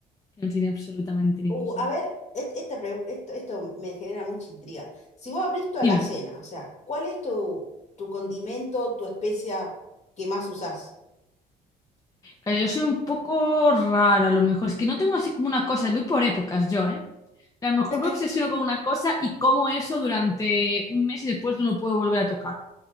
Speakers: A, on the left; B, on the left.
A: que no tiene absolutamente ningún
B: Uh,
A: sentido.
B: a ver, et- esta, pre- esto, esto me genera mucha intriga. Si vos abrís toda
A: Dime.
B: la cena o sea, ¿cuál es tu, tu condimento, tu especia que más usás?
A: Eh, Yo soy un poco rara, a lo mejor. Es que no tengo así como una cosa, voy por épocas yo, ¿eh? A lo mejor
B: <laughs>
A: me obsesiono con una cosa y como eso durante un mes y después no lo puedo volver a tocar.